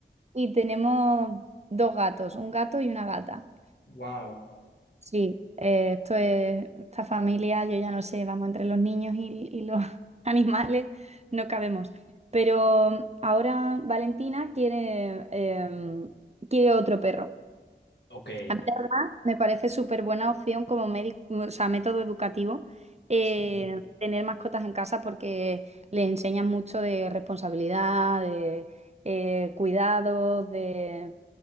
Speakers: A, on the right; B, on the left.
A: y tenemos dos gatos, un gato y una gata.
B: wow,
A: Sí, eh, esto es, esta familia, yo ya no sé, vamos, entre los niños y, y los <laughs> animales no cabemos. Pero ahora Valentina quiere, em, quiere otro perro.
B: Ok,
A: A mí, la me parece súper buena opción como médi- o sea, método educativo eh,
B: sí,
A: tener mascotas en casa porque le enseñan mucho de responsabilidad, de eh, cuidados, de